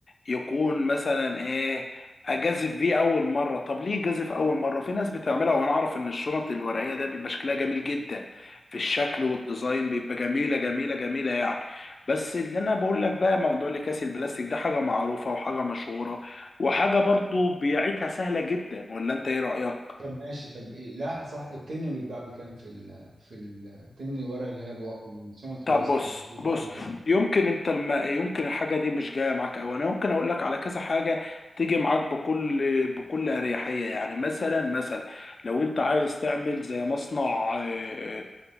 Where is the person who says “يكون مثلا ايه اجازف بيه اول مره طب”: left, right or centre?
Left